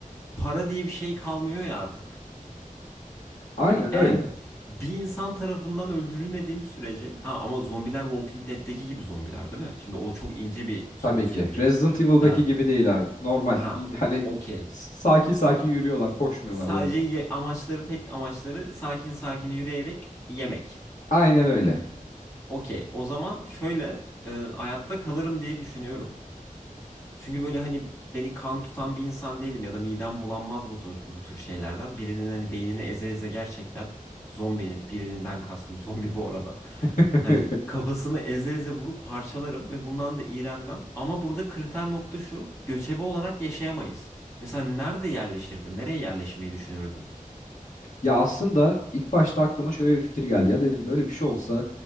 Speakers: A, on the left (about 20°); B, on the left (about 60°).
A: para diye bir şey kalmıyor ya artık. Hani
B: aynen
A: eğer
B: öyle.
A: bir insan tarafından öldürülmediğim sürece ha ama zombiler Walking Dead'teki gibi zombiler değil mi? Şimdi o çok ince bir soru
B: Tabii
A: çünkü.
B: ki. Resident Evil'daki
A: Ha
B: gibi değil abi. Normal.
A: ha
B: İ- Hani
A: okey.
B: s- sakin sakin yürüyorlar, koşmuyorlar
A: Sadece
B: yani.
A: ye- amaçları tek amaçları sakin sakin yürüyerek yemek.
B: Aynen öyle.
A: Okey. O zaman şöyle e, hayatta kalırım diye düşünüyorum. Çünkü böyle hani beni kan tutan bir insan değilim ya da midem bulanmaz bu tür, bu tür şeylerden. Birinin hani beynini eze eze gerçekten zombinin birinden kastım zombi bu arada.
B: <laughs>
A: Hani kafasını eze eze vurup parçalarım ve bundan da iğrenmem. Ama burada kriter nokta şu. Göçebe olarak yaşayamayız. Mesela nerede yerleşirdin? Nereye yerleşmeyi düşünürdün?
B: Ya aslında ilk başta aklıma şöyle bir fikir geldi. Ya dedim böyle bir şey olsa